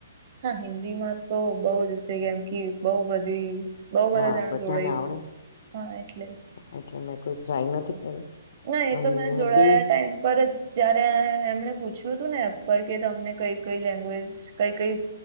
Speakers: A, on the right; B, on the left.
A: હા, હિન્દી માં તો બઉ જ હશે, કેમ કે બઉ બધી. બઉ બધા
B: હા
A: જણા
B: બધાને
A: જોડાય
B: આવડે
A: છે. હા, એટલે જ.
B: એટલે મેં કોઈ ટ્રાય નથી કરી.
A: ના, એ
B: અને
A: તો મેં જોડાયા
B: બે
A: ટાઈમ પર જ. જયારે એમને પૂછ્યું હતું ને, એપર કે તમને કઈ-કઈ લેંગ્વેજ, કઈ-કઈ